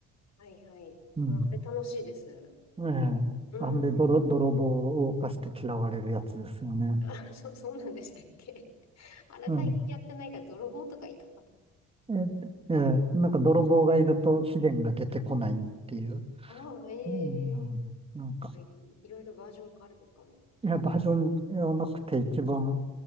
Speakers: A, on the left; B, on the right.
A: はいはい。
B: うん
A: うんあれ楽しいです。
B: ええ。
A: うん。
B: あんで、泥、泥棒を犯して嫌われるやつですよね。
A: あ、<laughs> そ、そうなんでしたっけ。<laughs> あれ最近やってないから泥棒とかいたかと。
B: うん。え、ええ、なんか泥棒がいると資源が出てこないっていう。
A: ああ、ええ
B: うん。なんか、
A: ぱいいろいろバージョンがあるのかも。
B: やっぱバージョンではなくて一番